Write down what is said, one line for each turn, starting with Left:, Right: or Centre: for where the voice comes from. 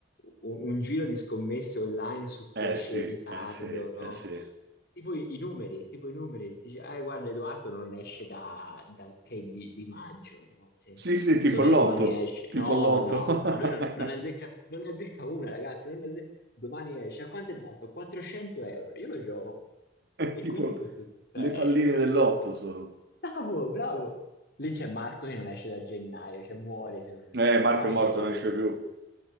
Left: un- un giro di scommesse online su chi
Right: Eh
Left: esce
Right: sì,
Left: in ritardo,
Right: eh sì, eh
Left: no?
Right: sì.
Left: Tipo i, i numeri, tipo i numeri. Dice, eh, guarda, Edoardo non esce da- dal 3 di, di maggio, ragazzi.
Right: Sì, sì, tipo
Left: Secondo
Right: il
Left: me
Right: lotto,
Left: domani esce.
Right: tipo
Left: No,
Right: il lotto.
Left: ma no,
Right: <laughs>
Left: ma lui non, non ne azzecca, non ne azzecca una, ragazzi. non ne azze- Domani esce. A quanto è dato? 400 euro. Io lo gioco. E
Right: Tipo
Left: quindi tutto... tutto-
Right: le
Left: eh,
Right: palline del lotto sono.
Left: Bravo, bravo. Lì c'è Marco che non esce da gennaio, cioè muore se non
Right: Eh,
Left: esce.
Right: Marco
Left: Domani
Right: è morto,
Left: esce
Right: non
Left: per
Right: esce
Left: forza.
Right: più.